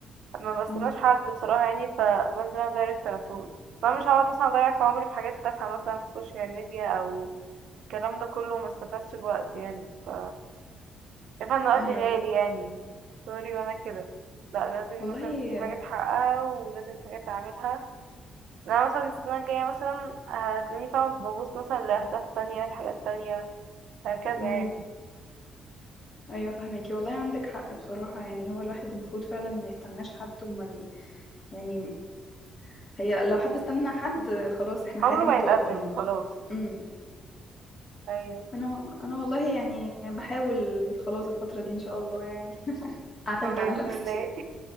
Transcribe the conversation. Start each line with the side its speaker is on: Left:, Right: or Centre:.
Right: ما بستناش
Left: امم
Right: حد بصراحه يعني فبنزل انا دايركت على طول فانا مش هقعد مثلا اضيع في عمري في حاجات تافهه مثلا في السوشيال ميديا او الكلام ده كله ما استفادش بوقت يعني ف شايفه ان وقتي
Left: ايوه
Right: غالي يعني سوري وانا كده لا لازم
Left: والله
Right: مثلا في حاجات حقها ولازم حاجات اعملها انا مثلا السنه الجايه مثلا هتلاقيني فاهمه ببص مثلا لاهداف تانية لحاجات تانية هكذا
Left: امم
Right: يعني
Left: ايوه فهميكي والله عندك حق بصراحة يعني هو الواحد المفروض فعلا ما يستناش حد وما ي... يعني هي لو حد استنى حد خلاص احنا حياتنا
Right: عمره ما
Left: هتقف
Right: يتقدم
Left: يعني
Right: خلاص
Left: امم
Right: ايوه
Left: انا انا والله يعني بحاول خلاص الفترة دي ان شاء الله يعني <laughs> اعتمد
Right: بإذن
Left: على نفسي
Right: الله